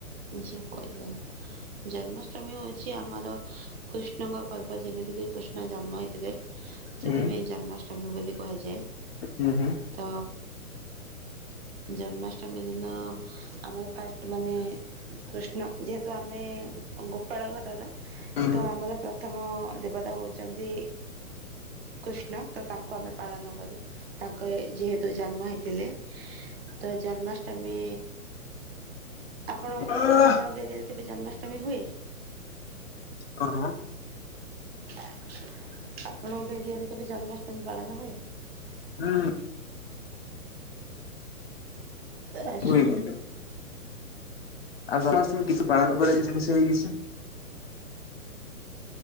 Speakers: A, on the right (about 45°); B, on the left (about 45°).
A: ଝିଅ କଇ ଯିବ। ଜନ୍ମାଷ୍ଟମୀ ହୋଉଚି ଆମର କୃଷ୍ଣଙ୍କ ପର୍ବ ଯେମିତିକି କୃଷ୍ଣ ଜନ୍ମ ହେଇଥିଲେ।
B: ହୁଁ
A: ସେଥିପାଇଁ ଜନ୍ମାଷ୍ଟମୀ ବୋଲି କୁହାଯାଏ।
B: ହୁଁ ହୁଁ
A: ତ ଜନ୍ମାଷ୍ଟମୀ ଦିନ ଆମେ ଫାଷ୍ଟ ମାନେ କୃଷ୍ଣ ଯେହେତୁ ଆମେ ଗୋପାଳ ଘରର
B: ହୁଁ
A: ତ ଆମର ପ୍ର ଥମ ଦେବତା ହେଉଚନ୍ତି କୃଷ୍ଣ। ତ ତାଙ୍କୁ ଆମେ ପାଳନ କରୁ, ତାଙ୍କ ଯେହେତୁ ଜନ୍ମ ହେ ଥିଲେ ତ ଜନ୍ମାଷ୍ଟମୀ ପଣ
B: ହୁଁ।
A: ଆପଣଙ୍କ ଏରିଆରେ କେବେ ଜନ୍ମାଷ୍ଟମୀ ହୁଏ?
B: ହଁ ହଁ।
A: ଆ ଆପଣଙ୍କ ଏରିିଆରେ କେବେ ଜନ୍ମାଷ୍ଟମୀ ପାଳନ ହୁଏ?
B: ହୁଁ।
A: ଆଚ୍ଛା।
B: ହୁଏ ମଧ୍ୟ। ଆଉ ଜନ୍ମାଷ୍ଟମୀ କିଛି ପାଳନ କରାଯାଏ ସେ ବିଷୟରେ କିଛି?